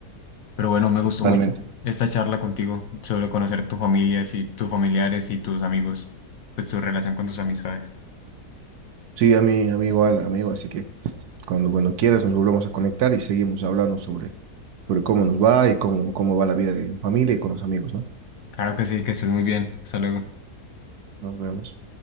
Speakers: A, on the left; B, on the right.
A: Pero bueno, me gustó
B: Totalmente.
A: mucho esta charla contigo sobre conocer tu familia, si- tus familiares y tus amigos, pues tu relación con tus amistades.
B: Sí, a mí, a mí igual, amigo, así que Cuando, cuando quieras nos volvemos a conectar y seguimos hablando sobre, sobre cómo nos va y cómo, cómo va la vida en familia y con los amigos, ¿no?
A: Claro que sí, que estés muy bien. Hasta luego.
B: Nos vemos.